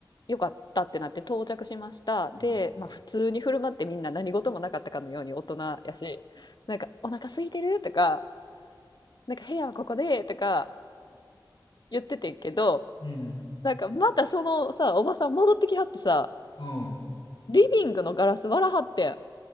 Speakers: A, on the left; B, on the left.
A: よかったってなって到着しました。で、
B: うん、
A: まあ普通に振る舞ってみんな何事もなかったかのように大人やし、なんかお腹空いてるとか、なんか部屋はここでとか言っててんけど、
B: うん、
A: なんかまたそのさ、おばさん戻ってきはってさ、
B: うん、
A: リビングのガラス割らはってん。